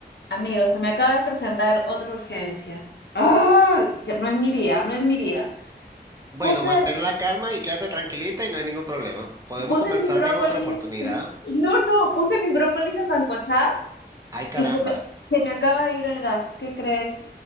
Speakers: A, on the left; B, on the right.
A: Amigos, se me acaba de presentar otra urgencia. ¡Ay! Que No es mi día, no es mi día.
B: Bueno,
A: puse,
B: mantén la calma y quédate tranquilita y no hay ningún problema. Podemos
A: puse
B: conversar
A: mis brócolis,
B: en otra oportunidad.
A: no, no, puse mis brócolis a sancochar
B: Ay, caramba.
A: y se me, se me acaba de ir el gas, ¿qué crees?